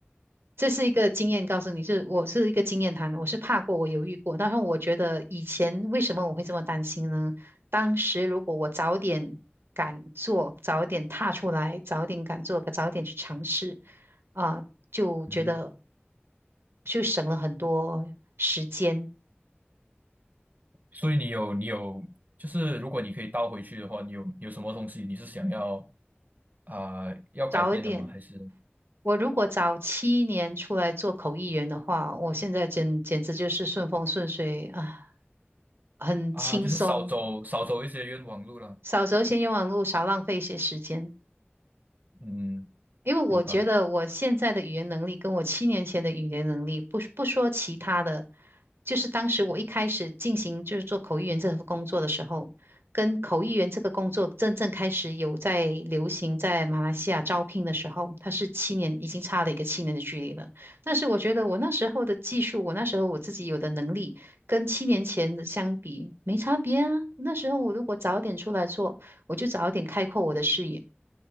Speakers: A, on the right; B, on the right.
A: 这是一个经验，告诉你是我是一个经验谈，我是怕过，我犹豫过，但是我觉得以前为什么我会这么担心呢？当时如果我早点敢做，早点踏出来，早点敢做，早点去尝试，啊、就觉得
B: 嗯哼。
A: 就省了很多时间。
B: 所以你有你有，就是如果你可以倒回去的话，你有你有什么东西你是想要啊、要改变的吗？
A: 早一点，
B: 还是
A: 我如果早七年出来做口译员的话，我现在简简直就是顺风顺水啊，很轻松，
B: 啊，就是少走少走一些冤枉路了？
A: 少走一些冤枉路，少浪费一些时间。
B: 嗯，
A: 因为我觉得我现在的语言能力跟我七年前的语言能力，
B: 明白。
A: 不不说其他的，就是当时我一开始进行就是做口译员这份工作的时候，跟口译员这个工作真正开始有在流行在马来西亚招聘的时候，它是七年，已经差了一个七年的距离了。但是我觉得我那时候的技术，我那时候我自己有的能力，跟七年前的相比没差别啊。那时候我如果早点出来做，我就早点开阔我的视野。